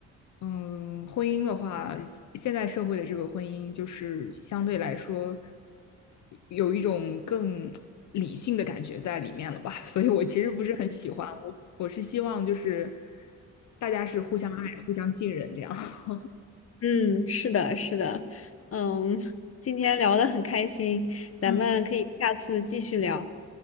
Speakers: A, on the left (about 70°); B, on the left (about 50°).
A: 嗯，婚姻的话，现在社会的这个婚姻就是相对来说有一种更理性的感觉在里面了吧。<laughs> 所以我其实不是很喜欢，我我是希望就是大家是互相爱、互相信任这样。<laughs>
B: 嗯，是的，是的，嗯，今天聊得很开心，咱们可以下次继续聊。
A: 嗯。